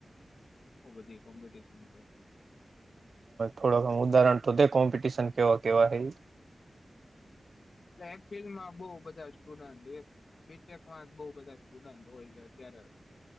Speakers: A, on the left; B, on the right.
A: બધી કોમ્પિટશન છે
B: થોડોક ઉદાહરણ તો તે કોમ્પિટિશન કેવા કેવા હ
A: એ એક ફિલ્ડમાં બહુ બધા સ્ટુડન્ટ એક બીટેકમાં જ બહ બધા સ્ટુડન્ટ હોય છે અત્યારે